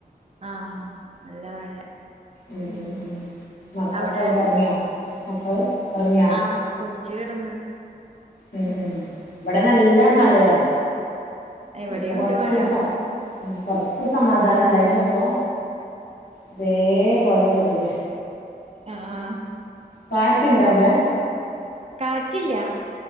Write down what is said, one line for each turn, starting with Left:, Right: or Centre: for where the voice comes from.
Right: ആം നല്ല മഴ
Left: ഉം ഉം ഉം മക്കളൊക്കെ
Right: അവിടെ
Left: എവിടെ. ഒറങ്ങ്യാെ. മക്കള് ഉറങ്ങിയോ
Right: ആഹ് കൊച്ച് കെടന്ന്
Left: ഉം ഉം ഇവടെ നല്ല മഴയാ.
Right: ഇവിടെയുണ്ട്
Left: ഇപ്പൊ കൊറച്ചൊരു
Right: മഴ
Left: സം ഉം കൊറച്ച് സമാധാനം ഉണ്ടായിനൂ ഇപ്പോ. അതേപോലെ തുടര.
Right: ആഹ്
Left: കാറ്റുണ്ടൊ ഔടെ.
Right: കാറ്റ് ഇല്ല.